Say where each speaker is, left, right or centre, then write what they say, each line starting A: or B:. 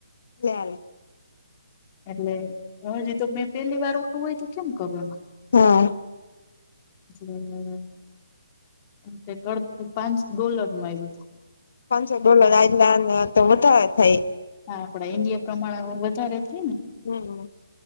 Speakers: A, on the left; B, on the left.
A: લે આવી.
B: એટલે, હજી તો મેં પેલી વાર ઓ હોય તો, કેમ કરું એમ?
A: હા.
B: <unintelligible> તે કરડતું પાંચ ડોલર નું આવ્યુંતૂ
A: પાંચસો ડોલર આટલા ને તો વધારે થાય.
B: હા આપડા ઇન્ડિયા પ્રમાણ વધારે થાય ને
A: હમ,